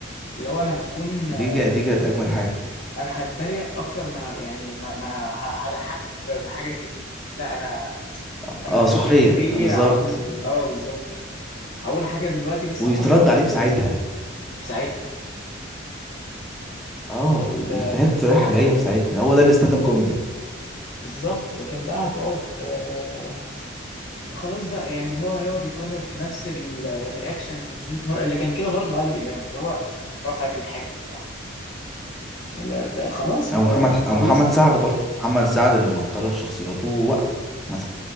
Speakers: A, on the left; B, in the centre.
A: اللي هو انا هكون آه،
B: دي جا- دي كانت اجمد حاجة
A: انا هتريق اكتر ما ه- يعني ما, ما ه- هضحكك ب- بحاجه كده لا انا
B: اه
A: انا
B: آه،
A: هقول
B: سخرية
A: افيه
B: آه، بالظبط
A: على طول اه بالظبط هقول حاجه دلوقتي لسه
B: ويترد
A: حاصله
B: عليه في ساعتها
A: في ساعتها
B: اه
A: ال-
B: الافيهات رايحة جاية في ساعتها هو ده الستاند اب كوميدي
A: بالظبط لكن بقى هتقعد آه، خلاص بقى يعني اللي هو هيقعد يكرر في نفس الرياكشن 500 مره اللي كان كده برضو عادل امام اللي هو رفعت الحاجب بتاعته اللي ت- خلاص
B: او
A: آه،
B: محمد
A: خلصت
B: او محمد سعد برضه محمد سعد لما قرر شخصياته وقع مثلا